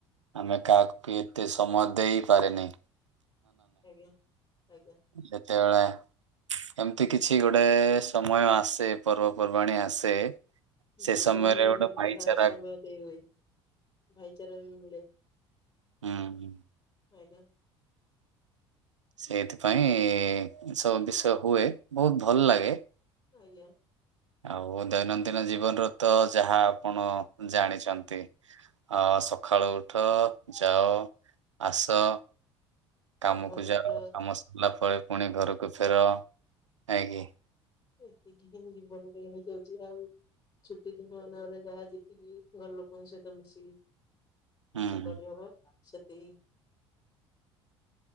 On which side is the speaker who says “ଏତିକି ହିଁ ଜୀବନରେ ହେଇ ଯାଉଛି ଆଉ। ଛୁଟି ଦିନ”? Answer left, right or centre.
Left